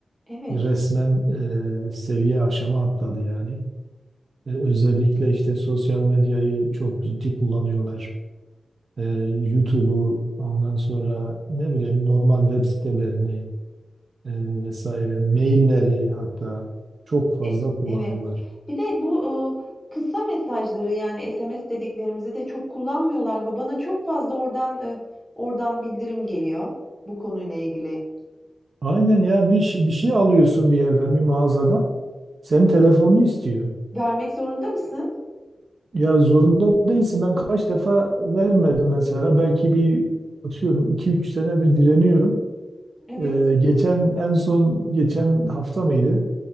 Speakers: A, in the centre; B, on the right.
A: evet,
B: resmen e, seviye aşama atladı yani. E, Özellikle işte sosyal medyayı çok ciddi kullanıyorlar. E, YouTube'u ondan sonra ne bileyim normal web sitelerini e, vesaire mailleri hatta çok fazla
A: e-
B: kullanıyorlar.
A: evet. Bir de bu e, kısa mesajları yani SMS dediklerimizi de çok kullanmıyorlar mı? Bana çok fazla oradan e, oradan bildirim geliyor bu konuyla ilgili.
B: Aynen ya bir, şey- bir şey alıyorsun bir yerden bir mağazadan senin telefonunu istiyor.
A: Vermek zorunda mısın?
B: Ya zorunda değilsin ben kaç defa vermedim mesela belki bir atıyorum iki üç senedir direniyorum.
A: Evet.
B: E, geçen en son geçen hafta mıydı?